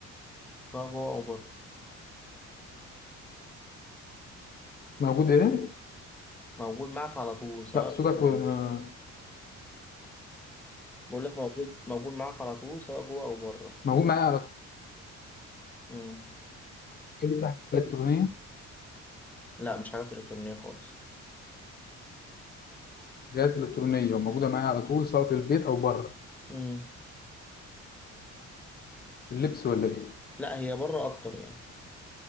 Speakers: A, in the centre; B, on the left (about 30°).
A: سواء جوه او بره
B: موجود ايه
A: موجود معاك على طول سواء
B: لا صوتك
A: جوه أو
B: وما-
A: بره بقول لك موجود موجود معاك على طول سواء جوه أو بره
B: موجود معايا على طول
A: مم.
B: الحاجة دي فيها حاجة إلكترونية
A: لا مش حاجات إلكترونية خالص
B: حاجات إلكترونية وموجودة معايا على طول سواء في البيت أو بره
A: مم.
B: اللبس ولا ايه
A: لا هي بره أكتر يعني